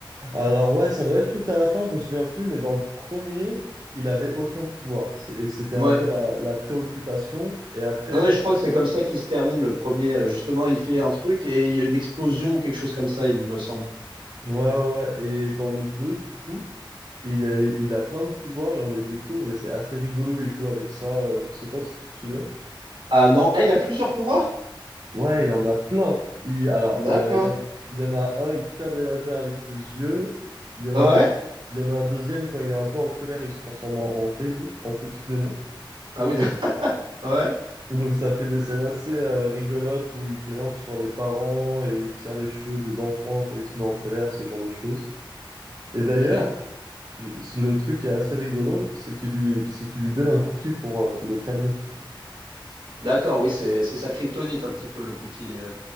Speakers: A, on the right; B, on the right.
A: Alors ouais, ça doit être tout à la fin, je me souviens plus, mais dans le premier, il avait aucun pouvoir. C'est- Et c'était
B: Ouais.
A: un peu la, la préoccupation. Et après,
B: Non, non,
A: justement,
B: je crois que c'est comme ça qu'il se termine le premier. euh, Justement, il fait un truc et il y a une explosion ou quelque chose comme ça, il me semble.
A: ouais, ouais, ouais. Et dans le 2, du coup, il est, il a plein de pouvoirs et on les découvre et c'est assez rigolo. Il joue avec ça. euh, Je sais pas si tu te souviens.
B: Ah non, ah, il a plusieurs pouvoirs?
A: Ouais, il en a plein. Il, alors,
B: D'accord.
A: euh, il y en, il y en a un, il tire des lasers avec ses yeux. Il y en
B: Ouais.
A: a, il y en a un deuxième, quand il est un peu en colère, il se transforme en, en démon, en petit démon.
B: Ah oui, d'ac- <laughs> ouais.
A: Donc ça fait des scènes assez euh, rigolotes où il grimpe sur les parents et il tire les cheveux des enfants quand il se met en colère, ce genre de choses. Et
B: Ok.
A: d'ailleurs, je- le truc qui est assez rigolo, c'est qu'il lui, c'est qu'il lui donne un cookie pour euh, le calmer.
B: D'accord, oui, c'est c'est sa kryptonite un petit peu le cookie. euh.